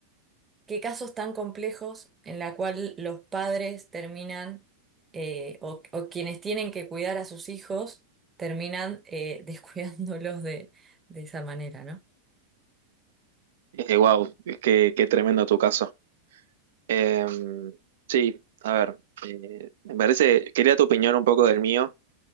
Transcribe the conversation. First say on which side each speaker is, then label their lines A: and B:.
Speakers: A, on the right; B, on the right.
A: qué casos tan complejos en la cual los padres terminan eh, o, o quienes tienen que cuidar a sus hijos terminan eh, <laughs> descuidándolos de, de esa manera, ¿no?
B: Eh, wow, qué, qué tremendo tu caso. Eh, sí, a ver, eh, me parece, quería tu opinión un poco del mío,